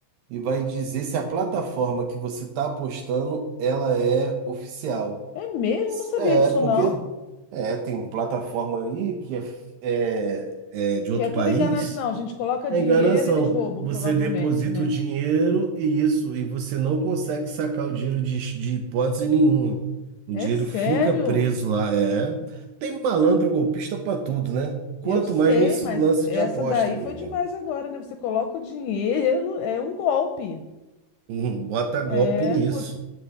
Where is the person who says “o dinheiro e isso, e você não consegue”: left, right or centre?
Right